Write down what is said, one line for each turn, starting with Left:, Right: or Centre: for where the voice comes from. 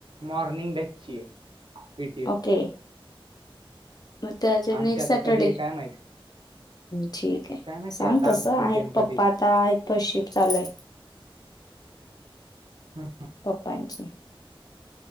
Right: मॉर्निंग बॅचीय प
Left: ओके. म अ
Right: आमची
Left: नेक्स्ट
Right: आता
Left: सॅटरडे
Right: कधी आहे काय माहित
Left: ठीक.
Right: काय माहिती
Left: सांग
Right: आता
Left: तस
Right: आमची पीटीएम
Left: आहेत
Right: कधी
Left: पप्पा
Right: आहे
Left: आता आहेत पशिप चालूय.
Right: हम्!
Left: पप्पांचे.